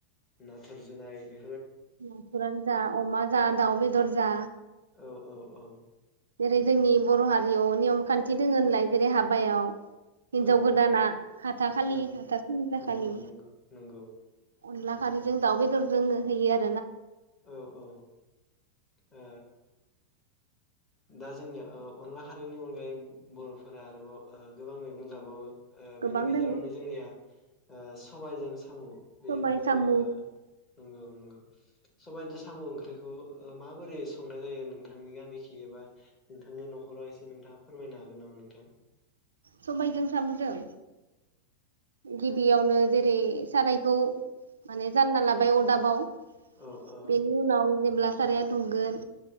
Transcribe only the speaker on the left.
नाथुर जुनाय बे
औ औ औ
औ
नंगौ
नंगौ नंगौ नंगौ
औ औ ओ दा जोंनिया ओ अनला खारैनि अनगायै बर'फोरा आरोबाव ओ गोबां मैगं जाबावो ओ बेनि
गेजेरावनो
जोंनिया ओ सबायजों सामु बे
ओंख्रिखौ
ओ नंगौ नंगौ सबायदो सामु ओंख्रि खौ ओ माबोरै संनाय जायो नोंथांनि गामि एबा नोंथांनि नख राव एसे नोंथांङा फोरमायनोहागोन नामा नों? थां
औ औ